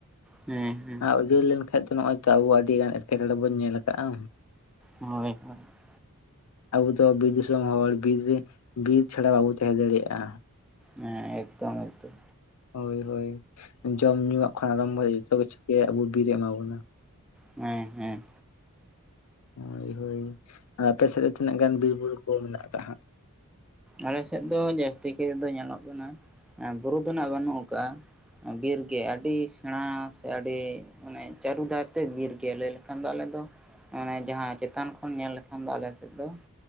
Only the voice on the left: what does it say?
ᱟᱨ ᱩᱡᱟᱹᱲ ᱞᱮᱱᱠᱷᱟᱱ ᱫᱚ ᱱᱚᱜ-ᱚᱭ ᱛᱚ ᱟᱵᱚ ᱟᱹᱰᱤᱜᱟᱱ ᱮᱴᱠᱮᱴᱚᱬᱮ ᱵᱚᱱ ᱧᱮᱞ ᱠᱟᱜ-ᱟ
ᱟᱵᱚ ᱫᱚ ᱵᱤᱨ ᱫᱤᱥᱚᱢ ᱦᱚᱲ ᱵᱤᱨ ᱨᱮ ᱵᱤᱨ ᱪᱷᱟᱲᱟ ᱵᱟᱵᱚ ᱛᱟᱦᱮᱸ ᱫᱟᱲᱮᱭᱟᱜ-ᱟ᱾
ᱦᱳᱭ ᱦᱳᱭ ᱡᱚᱢ ᱧᱩᱣᱟᱜ ᱠᱷᱚᱱ ᱟᱨᱟᱢᱵᱚ ᱡᱚᱛᱚ ᱠᱤᱪᱷᱩ ᱜᱮ ᱟᱵᱚ ᱵᱤᱨ ᱮᱢᱟᱵᱚᱱᱟ
ᱦᱳᱭ ᱦᱳᱭ ᱟᱯᱮ ᱥᱮᱫ ᱨᱮ ᱛᱤᱱᱟᱹᱜ ᱜᱟᱱ ᱵᱤᱨ ᱵᱩᱨᱩ ᱠᱚ ᱢᱮᱱᱟᱜ ᱟᱠᱟᱫᱟ ᱦᱟᱸᱜ?